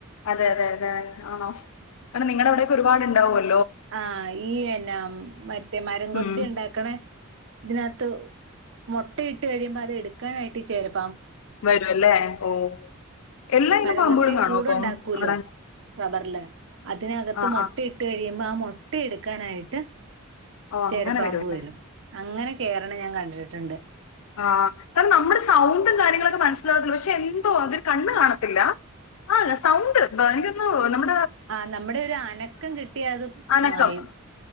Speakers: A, on the left; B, on the right.
A: അതെ അതെ അതെ ആണോ കാരണം നിങ്ങടെ അവിടെക്കെ ഒരുപാട് ഉണ്ടാവുമല്ലോ
B: ആ ഈ എന്നാ മറ്റേ മരം
A: ഉം
B: കൊത്തി ഉണ്ടാക്കണേ ഇതിനാത്ത് - മുട്ടയിട്ട് കഴിയുമ്പോ അത് എടുക്കാനായിട്ട് ചേര-
A: വരുംല്ലേ ഓ എല്ലാ ഇനം
B: മരം
A: പാമ്പുകളും
B: കൊത്തി
A: കാണുവോ
B: കൂടുണ്ടാക്കൂലോ
A: അപ്പം അവിടെ
B: റബ്ബറില് അതിനകത്ത്
A: ആ
B: മൊട്ടയിട്ട്
A: ആ
B: കഴിയുമ്പോ ആ മോ - മുട്ട എടുക്കാനായിട്ട്-
A: ഓ
B: ചേരപ്പാമ്പ്
A: അങ്ങനെ അല്ലേ
B: വരും അങ്ങനെ- കേറണെ ഞാൻ കണ്ടിട്ടുണ്ട്
A: ആ നമ്മുടെ സൗണ്ടും കാര്യങ്ങളൊക്കെ മനസ്സിലാകത്തില്ല പക്ഷെ എന്തോ അതൊ കണ്ണ് കാണത്തില്ല ആ സൗണ്ട് എനിക്ക് തോനുന്നു നമ്മള് -
B: ആ നമ്മുടെ ഒരു അനക്കം കിട്ടിയ അത്
A: അനക്കം
B: മായും